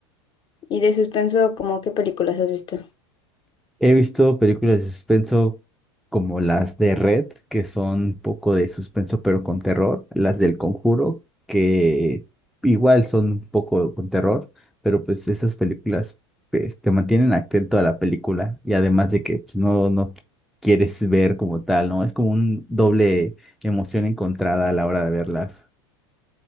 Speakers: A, on the left (about 30°); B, in the centre.
A: Y de suspenso, ¿cómo qué películas has visto?
B: He visto películas de suspenso como las de Red, que son un poco de suspenso pero con terror, las del Conjuro, que igual son un poco con terror, pero pues esas películas pues, te mantienen atento a la película y además de que pues, no, no quieres ver como tal, ¿no? Es como un doble emoción encontrada a la hora de verlas.